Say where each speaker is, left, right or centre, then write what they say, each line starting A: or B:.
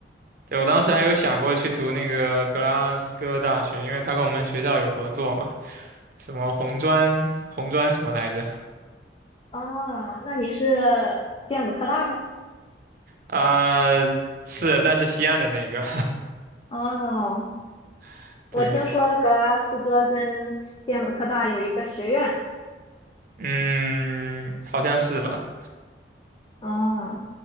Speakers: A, on the right (about 50°); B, on the left (about 30°).
A: 对，我当时还有想过去读那个格拉斯哥大学，因为他跟我们学校有合作嘛，什么红砖红砖什么来着？
B: 哦，那你是电子科大的？
A: 啊、是，但是西岸的那个，
B: 哦，
A: <laughs>
B: 我听说格拉斯哥跟电子科大有一个学院。
A: 对，嗯，好像是吧。
B: 哦，